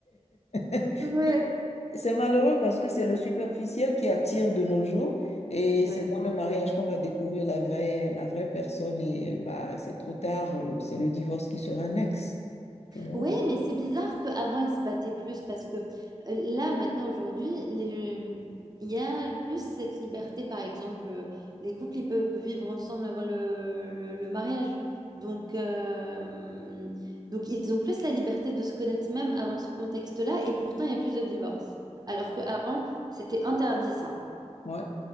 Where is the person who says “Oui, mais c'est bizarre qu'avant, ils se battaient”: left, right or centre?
Right